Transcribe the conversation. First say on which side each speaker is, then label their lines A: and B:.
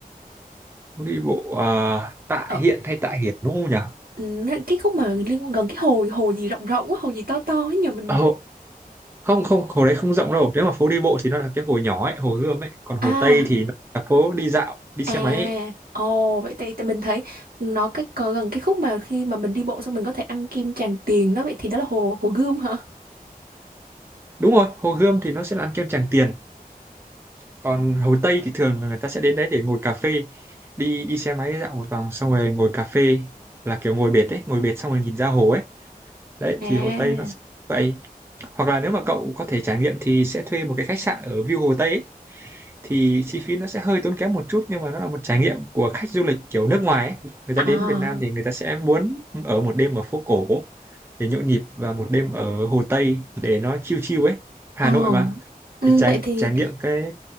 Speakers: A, on the right (about 15°); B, on the right (about 70°).
A: phố đi bộ à, Tạ
B: ở
A: Hiện hay Tạ Hiển đúng không
B: ừm, cái khúc mà liên gần cái hồ hồ gì rộng rộng á hồ gì to to ấy nhờ mình
A: nhỉ không không hồ đấy không rộng đâu nếu mà phố đi bộ thì nó là cái hồ nhỏ ấy hồ Gươm ấy còn hồ
B: à
A: Tây thì nó là phố đi dạo đi
B: à
A: xe máy ấy.
B: ồ vậy thì, thì mình thấy nó cái có gần cái khúc mà khi mà mình đi bộ xong mình có thể ăn kim Tràng Tiền đó vậy thì đó là hồ hồ Gươm hả
A: đúng rồi hồ Gươm thì nó sẽ là ăn kem Tràng Tiền còn hồ Tây thì thường là người ta sẽ đến đấy để ngồi cà phê đi đi xe máy dạo một vòng xong rồi ngồi cà phê là kiểu ngồi bệt ấy ngồi bệt xong rồi nhìn ra hồ ấy đấy
B: à
A: thì hồ Tây nó sẽ như vậy hoặc là
B: ừ.
A: nếu mà cậu có thể trải nghiệm thì sẽ thuê một cái khách sạn ở view hồ Tây ấy thì chi phí nó sẽ hơi tốn kém một chút nhưng mà nó là một trải nghiệm của khách du lịch kiểu nước ngoài ấy. Người ta
B: à
A: đến Việt Nam thì người ta sẽ muốn ở một đêm ở phố cổ để nhộn nhịp và một đêm ở Hồ Tây để nó chill chill ấy Hà
B: ồ
A: Nội mà
B: ừ,
A: thì trải
B: vậy thì
A: trải nghiệm cái